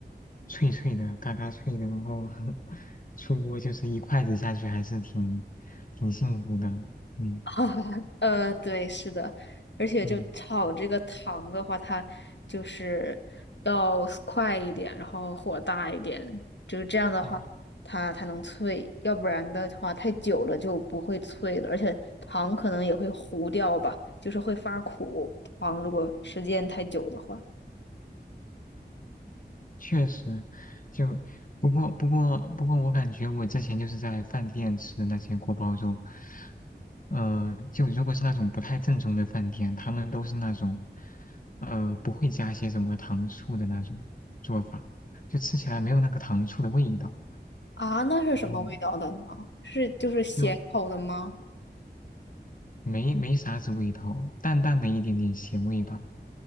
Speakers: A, on the left; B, on the left.
A: 脆脆的，嘎嘎脆的，然后 <laughs> 出锅就是一筷子下去，还是挺挺幸福的。嗯
B: 啊，呃，对，是的，而且就炒这个糖的话，
A: 嗯，
B: 它就是要快一点，然后火大一点，就是这样的话，
A: 哦，
B: 它才能脆，要不然的话太久了就不会脆了，而且糖可能也会糊掉吧，就是会发苦。糖如果时间太久的话，
A: 确实，就不过不过不过，我感觉我之前就是在饭店吃的那些锅包肉，呃，就如果是那种不太正宗的饭店，他们都是那种，呃，不会加一些什么糖醋的那种做法，就吃起来没有那个糖醋的味道，
B: 啊，那是什么味道的呢？
A: 然后
B: 是就是咸口的吗？
A: 就没没啥子味道，淡淡的一点点咸味吧，